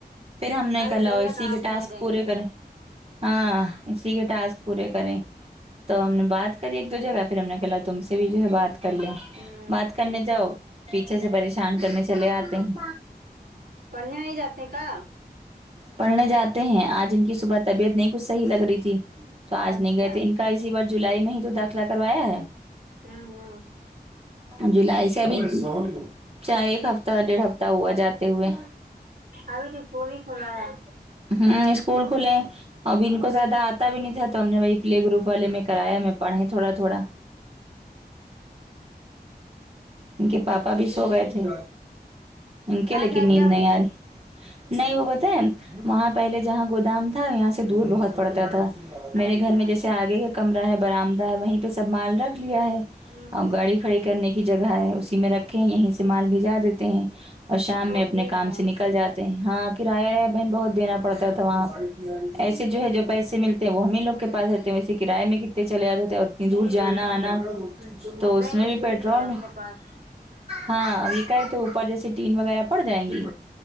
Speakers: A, on the right; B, on the right.
A: پھر ہم نے
B: ارے
A: کہا لاؤ
B: بھیا
A: اسی
B: کہاں
A: کے
B: سونے
A: ٹاسک
B: دیں
A: پورے
B: گے
A: کریں ہاں اسی کے ٹاسک پورے کریں تو ہم نے بات کری ایک دو جگہ پھر ہم نے کہلا تم سے بھی جو ہے بات کر لیں
B: ہوں
A: بات کرنے جاؤ پیچھے سے پہ شان کرنے چلے آتے ہیں
B: پڑھنے نہیں جاتے کا
A: پڑھنے جاتے ہیں آج ان کی صبح طبیعت نہیں کچھ صحیح لگ رہی تھی تو آج
B: اچھا
A: نہیں گئے تھے ان اسی بار جولائی میں ہی تو داخلہ کروایا ہے
B: ہوں ہوں
A: جولائی سے ابھی چاہ ایک ہفتہ ڈیڑھ ہفتہ ہوا جاتے ہوئے
B: ابھی تو اسکول ہی کھلا ہے
A: ہوں اسکول کھلا ابھی ان کو زیادہ آتا بھی نہیں تھا تو ہم نے وہی پلے گروپ والے میں کرایا ہمیں پڑھا ہے تھوڑا تھوڑا ان کے پاپا بھی
B: ہوں
A: سو گئے تھے ان کے
B: آج
A: لیکن
B: ہے
A: نیند
B: کیا
A: نہیں
B: بھیا
A: آ رہی نہیں وہ بتا ہے وہاں پہلے جہاں گودام تھا یہاں سے دور بہت پڑتا تھا میرے
B: اچھا
A: گھر میں جیسے آگے کا کمرہ ہے برآمد ہے وہیں پہ سب مال رکھ لیا ہے
B: ہوں ہوں
A: اور گاڑی کھڑی کرنے کی جگہ ہے اسی میں رکھ یہیں سے مال بھیجا دیتے ہیں اور شام
B: او
A: میں اپنے
B: ٹھیک
A: کام
B: ہے
A: سے نکل جاتے ہیں ہاں کرایہ ہے بہن بہت دینا پڑتا تھا وہاں ایسے جو ہے جو پیسے ملتے ہیں وہ ہم ہی لوگ کے پاس رہتے ہیں ویسے کرائے اے میں کتے چلے آتے تھے اور اتنی دور جانا آنا تو اس
B: نہیں
A: میں
B: وہ
A: بھی
B: ٹھیک
A: پیٹرول
B: ہے اپنے پاس
A: ہاں ا کا ہے تو اوپر جیسے ٹین وغیرہ پڑ جائیں گی